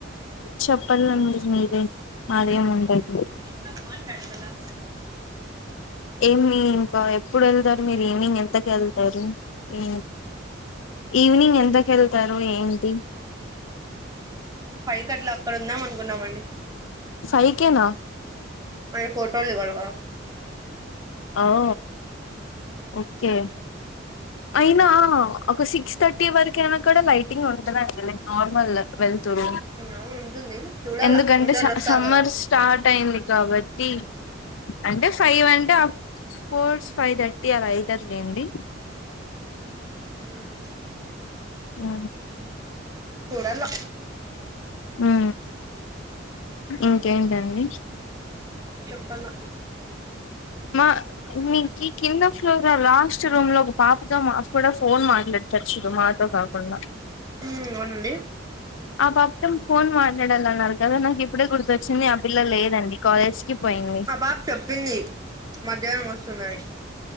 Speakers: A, on the left; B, on the right.
A: చెప్పాలండి మీరే మాదే ఉండదు
B: చ బన్డదదా
A: ఏమి ఇంకా ఎప్పుడు వెళ్తారు మీరు ఈవినింగ్ ఎంతకు వెళ్తారు ఏ ఈవ్నింగ్ ఎంత క ఇస్తారు ఏంటి
B: క్కట్లా అక్కడ ఉందాం అనుకున్నామండి
A: సైకనా
B: అరి ఫోటోలులాల
A: అఓ ఓకే అయినా ఒక సిక్స్ థర్టీ వరక అైనా కూడా లైటింగ్ ఉంటంది అడిలే నార్మల్ వెళ్త్డ
B: అవును ఉంటుంది చూడాల
A: ఎందుకంటే
B: అందరు వస్తారు
A: సమ్మర్స్
B: కదా
A: స్టార్ట్ అయింది కాబట్టి అంటే ఫైవ్ అంటే ఫోర్స్ ఫైవ్ థర్టీ అలా యిదుర్లేండి
B: హ
A: ఆ
B: చూడలో
A: ఆ ఇంకేంటండి
B: చెప్పాల
A: మా మీకు కింద ఫ్లోగా లాస్ట్ రూమ్ లో ఒక పాపతో మాఫ కూడా ఫోన్ మాట్లాడు చర్చుతో మాట కాకుండా
B: అవునండి
A: ఆ పాపతం ఫోన్ మాట్లాడాల అన్నారు కదా నాకు ఇప్పుడే గుర్తొచ్చింది ఆ పిల్ల లేదండి కాలేజ్ కి పోయింది
B: ఆ బాబు చెప్పింది మధ్యాహ్నం వస్తుందని